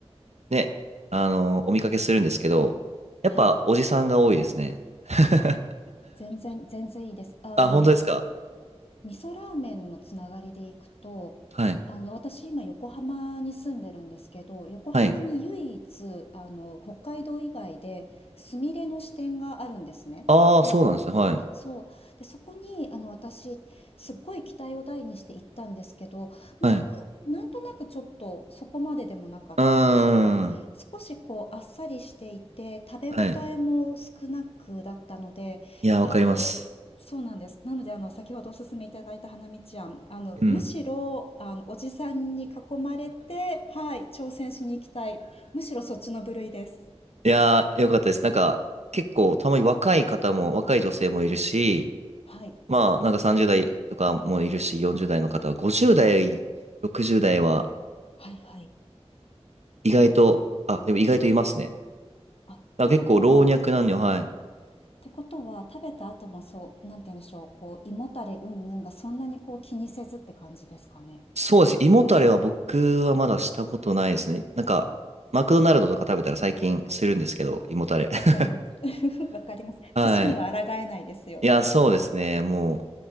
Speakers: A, on the right; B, on the left.
A: ね、あの、お見かけするんですけど、やっぱおじさんが多いですね。
B: はい、
A: <laughs>
B: 全然、全然いいです。あの、
A: あ、本当ですか。
B: 味噌ラーメンのつながりでいくと、
A: はい。
B: あの、私今横浜に住んでるんですけど、横浜に唯一、
A: はい
B: あの、北海道以外で、スミレの支店があるんですね。
A: ああ、そうなんですね。はい。
B: そう。で、そこに、あの、私、すっごい期待を大にして行ったんですけど、
A: はい。
B: なん、なんとなくちょっとそこまででもなかったというか、
A: うーん。
B: 少しこう、あっさりしていて、食べ応えも少なくだったので、
A: はい。いや、わかります。
B: あの、そうなんです。なので、あの、先ほどお勧めいただいた花道庵、あの、
A: うん。
B: むしろ、あの、おじさんに囲まれて、はい、挑戦しに行きたい。むしろそっちの部類です。
A: いやー、よかったです。なんか、結構、たまに若い方も、若い女性もいるし、
B: はい、
A: まあ、なんか30代とかもいるし、40代の方は、50代、60代は、
B: はい、はい。
A: 意外と、あ、でも意外といますね。
B: あ、ってことは、
A: だから結構、老若男女、はい。
B: ってことは食べた後もそう、なんて言うんでしょう、こう胃もたれうんぬんがそんなにこう気にせずって感じですかね。
A: そうです。胃もたれは僕はまだしたことないですね。なんか、マクドナルドとか食べたら最近するんですけど、胃もたれ。
B: わかります。
A: <laughs>
B: <laughs> わかります。
A: はい。
B: 年には抗えないですよね。
A: いや、そうですね。もう、